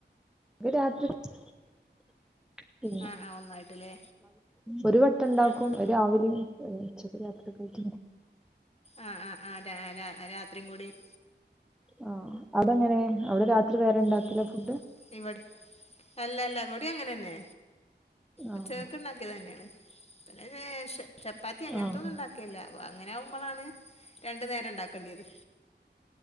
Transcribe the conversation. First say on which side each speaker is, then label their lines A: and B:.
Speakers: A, in the centre; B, on the left.
A: കരാത്രി <unintelligible> പിന്നെ
B: ആ ആ ഒന്നായിട്ടല്ലേ
A: ഒരു വട്ടം ഉണ്ടാക്കും
B: ആ ആ
A: അത് രാവിലെ രാത്രി -. ട്ട <inaudible>
B: ആ ആ ആ രാ രാ രാത്രിയും കൂടി -
A: ആ അതെങ്ങനെ അവിടെ രാത്രി വേറെ ഇണ്ടാക്കില്ലോ
B: ഉം ഉം
A: ഫുഡ് -
B: ഇവിടെ അല്ല അല്ല ഇവടി അങ്ങനെ ന്നെ
A: ആഹ്
B: ഉച്ചകക്ക് ഉണ്ടാക്കീതെന്നെയത് പിന്നെ ലേഷം ചപ്പാത്തി അങ്ങനത്തൊന്നും
A: ആഹ്
B: ഉണ്ടാക്കിയില്ല അങ്ങനെ ആകുമ്പോളാണ് രണ്ടു നേരം ഉണ്ടാക്ക ക്കണ്ടിയത്